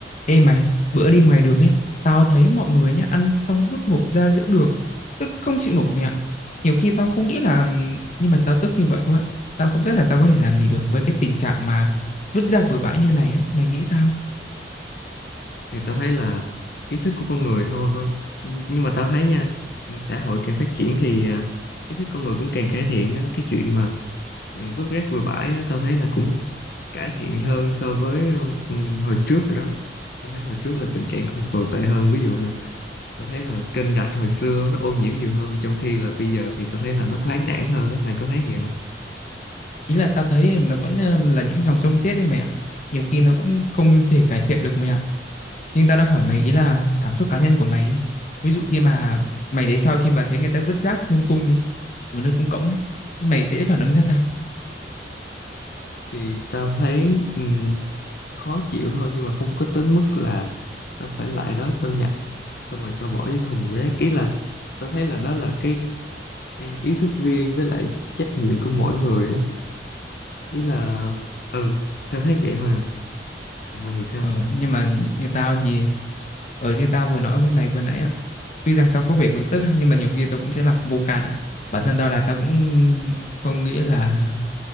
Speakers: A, on the left; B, on the left.
A: Ê mày, bữa đi ngoài đường ấy, tao thấy mọi người nhá ăn xong vứt hộp ra giữa đường, tức không chịu nổi mẹ ạ. Nhiều khi tao không nghĩ là nhưng mà tao tức như vậy thôi. Tao không chắc là tao có thể làm gì được với cái tình trạng mà vứt rác bừa bãi như này á, mày nghĩ sao?
B: thì tao thấy là ý thức của con người thôi Ừ, nhưng mà tao thấy nha ừ, xã hội càng phát triển thì à, ý thức con người cũng càng cải thiện á. cái chuyện mà ừ, vứt rác bừa bãi á, tao thấy là cũng cải thiện hơn so với ừ, hồi trước rồi đó tao thấy hồi trước là tình trạng còn tồi tệ hơn ví dụ là tao thấy là kênh rạch hồi xưa nó ô nhiễm nhiều hơn trong khi là bây giờ thì tao thấy là nó thoáng đãng hơn á mày có thấy vậy không
A: Ý là tao thấy nó vẫn ờ, là những dòng sông chết đấy mẹ ạ. Nhiều khi nó cũng không thể cải thiện được mẹ ạ. Nhưng tao đang hỏi mày ý là cảm xúc cá nhân của mày. ấy. Ví dụ khi mà mày thấy sao khi mà thấy người ta vứt rác lung tung đi, ở nơi công cộng ấy, mày sẽ phản ứng ra sao?
B: thì tao thấy ừ, khó chịu thôi nhưng mà không có tới mức là tao phải lại đó tao nhặt xong rồi tao bỏ vô thùng rác ý là tao thấy là đó là cái ý thức riêng với lại trách nhiệm của mỗi người á ý là ừ tao thấy vậy thôi à còn mày thì sao
A: Ờ, nhưng mà như tao thì ờ như tao vừa nói với mày vừa nãy á, tuy rằng tao có vẻ bực tức á, nhưng mà nhiều khi tao cũng sẽ là vô can á. Bản thân tao là tao cũng không nghĩ là